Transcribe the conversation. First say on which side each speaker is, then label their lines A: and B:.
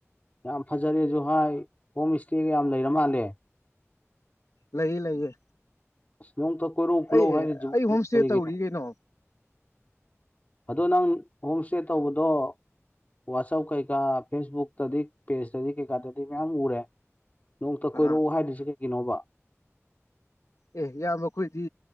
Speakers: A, on the left; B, on the left.
A: ꯌꯥꯝ ꯐꯖꯔꯦꯁꯨꯨ ꯍꯥꯏ ꯍꯣꯝ ꯏꯁꯇꯦꯒ ꯌꯥꯝ ꯂꯩꯔ ꯃꯥꯜꯂꯦ꯫
B: ꯂꯩꯌꯦ ꯂꯩꯌꯦ꯫
A: ꯑꯁ ꯅꯣꯡꯇ ꯀꯣꯏꯔꯧ ꯈꯨꯠꯂꯧ
B: ꯑꯩ
A: ꯍꯥꯏꯗꯔꯤꯑꯩꯕꯨ
B: ꯑꯩ ꯍꯣꯝ ꯏꯁꯇꯦ
A: ꯀꯔꯤꯒꯤꯅꯣ꯫
B: ꯇꯧꯔꯤ ꯀꯩꯅꯣ
A: ꯑꯗꯣ ꯅꯪ ꯍꯣꯝ ꯏꯁꯇꯦ ꯇꯧꯕꯗꯣ꯫ ꯋꯥꯆꯞ ꯀꯩꯀꯥ ꯐꯦꯁꯕꯨꯛꯇꯗꯤ ꯄꯦꯖꯇꯗꯤ ꯀꯩꯀꯥꯗꯗꯤ ꯃꯌꯥꯝ ꯎꯔꯦ꯫ ꯅꯣꯡꯃꯇ
B: ꯑꯥ
A: ꯀꯣꯏꯔꯛꯑꯣ ꯍꯥꯏꯗꯨꯁꯤ ꯀꯩꯒꯤꯅꯣꯕ꯫
B: ꯑꯦ ꯏꯌꯝꯕ ꯈꯣꯏꯗꯤ